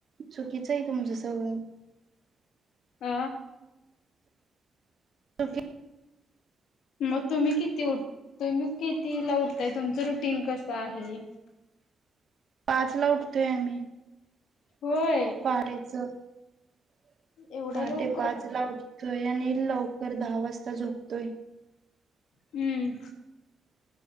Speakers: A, on the right (about 50°); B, on the left (about 85°).
A: चुकीचं आहे तुमचं सगळं
B: आ
A: चुकी
B: मग तुम्ही किती उ तुम्ही कितीला उठताय तुमचं रुटीन कसं आहे?
A: पाच ला उठतोय आम्ही.
B: होय
A: पारीज
B: एवढ्या
A: पहाटे
B: लवकर
A: पाच ला उठतोय आणि लवकर दहा वाजता झोपतोय.
B: हम्म.